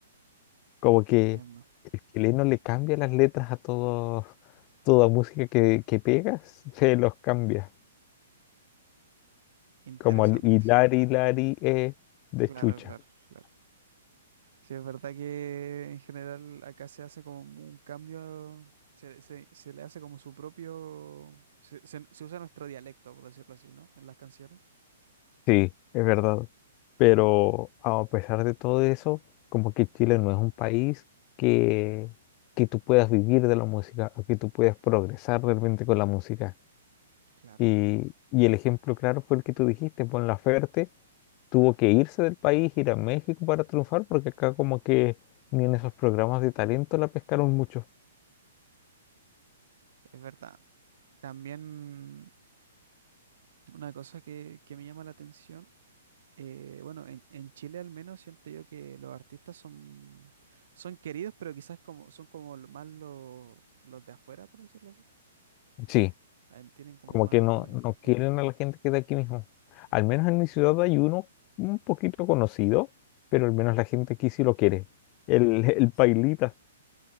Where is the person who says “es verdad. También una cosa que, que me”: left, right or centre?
Right